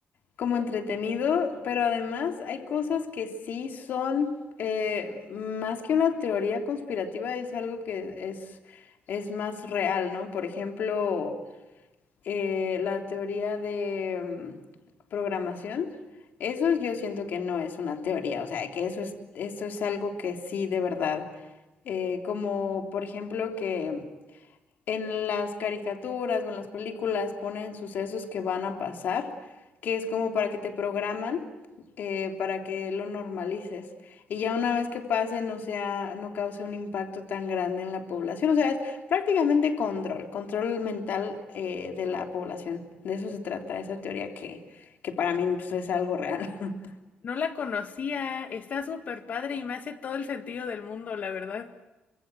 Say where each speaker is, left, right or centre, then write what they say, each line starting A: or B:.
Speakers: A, on the left; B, on the left.
A: como entretenido, pero además hay cosas que sí son eh, más que una teoría conspirativa, es algo que es, es más real, ¿no? Por ejemplo, eh, la teoría de mm, programación, eso yo siento que no es una teoría, o sea, que eso es, eso es algo que sí de verdad, eh, como por ejemplo que en las caricaturas o en las películas ponen sucesos que van a pasar, que es como para que te programan, eh, para que lo normalices. Y ya una vez que pase, no sea, no cause un impacto tan grande en la población. O sea, es prácticamente control, control mental, eh, de la población. De eso se trata esa teoría que, que para mí pues, es algo real. <laughs>
B: No la conocía, está súper padre y me hace todo el sentido del mundo, la verdad.